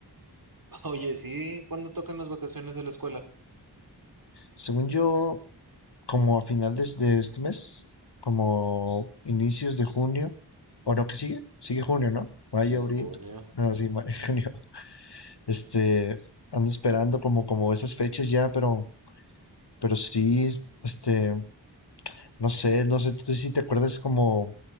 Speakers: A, on the right (about 55°); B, on the left (about 70°).
A: <laughs> Oye, sí, ¿cuándo tocan las vacaciones de la escuela?
B: Según yo, como a finales de este mes, como inicios de junio, o no, ¿qué sigue? Sigue junio, ¿no? Mayo,
A: Sí, en
B: abril,
A: junio.
B: no, sí, mayo, <laughs> junio. Este, ando esperando como, como esas fechas ya, pero, pero sí, este, no sé, no sé, tú si te acuerdas como...